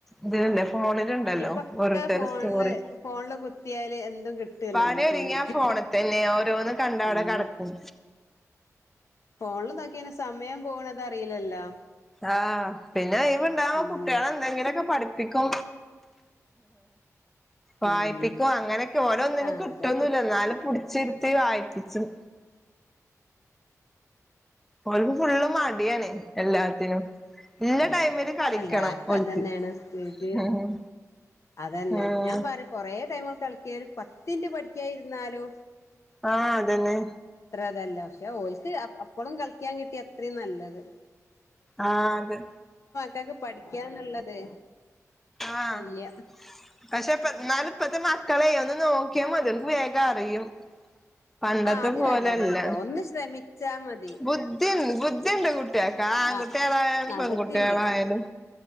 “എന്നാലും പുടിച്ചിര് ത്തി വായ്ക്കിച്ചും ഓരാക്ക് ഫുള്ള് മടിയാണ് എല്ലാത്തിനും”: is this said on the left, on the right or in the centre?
Centre